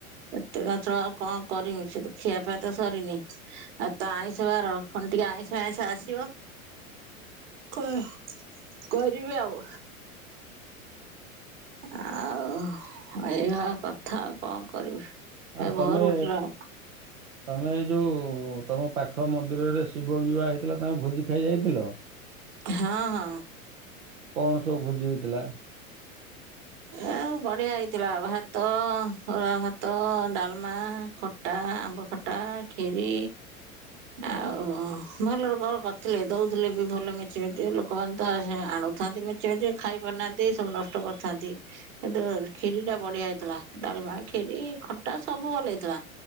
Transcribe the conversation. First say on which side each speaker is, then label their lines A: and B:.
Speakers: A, on the right; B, on the right.
A: ଏତେ ଚଞ୍ଚଳ ଆଉ କଣ କରିମି ସେ ତୁ ଖିଆପିଆ ତ ସରିନି ଆଉ ତ ଆଇଁଷ ବାର। କଣ ଟିକେ ଆଇଁଷ ଆଇଁଷ ଆସିବ। କଣ କରିବି ଆଉ ଆଉ ଏଭଳିଆ କଥା ଆଉ କଣ କରିବି? ଏ
B: ଆଉ
A: ଭୋରୁ
B: ତମେ
A: ଉଠିଲଉଁ।
B: ତମେ ଏଇ ଯୋଉ ତମ ପାଖ ମନ୍ଦିରରେ ଶିବ ବିବାହ ହେଇଥିଲା ତମେ ଭୋଜି ଖାଇ ଯାଇଥିଲ?
A: ହଁ ହଁ।
B: କଣ ସବୁ ଭୋଜି ହେଇଥିଲା?
A: ଏ ବଢିଆ ହେଇଥିଲା ଭାତ, ଅରୁଆ ଭାତ, ଡାଲମା ଖ ଟା ଆମ୍ବ ଖଟା, ଖିରି ଆଉ ଭଲ ରକମ ର କରିଥିଲେ। ଦଉଥିଲେ ବି ଭଲ ମେଞ୍ଚେ ମେଞ୍ଚେ ଲୋକମାନେ ତ ଏହେଁ ଆଣୁ ଥାନ୍ତି ମେଞ୍ଚେ ମେଞ୍ଚେ ଖାଇ ପାରୁନାହାନ୍ତି ସବୁ ନଷ୍ଟ କରୁଥାନ୍ତି। <unintelligible> ଖିରି ଟା ବଢିଆ ହେଇଥିଲା। ଡାଲମା, ଖିରି, ଖଟା ସବୁ ଭଲ ହେଇଥିଲା।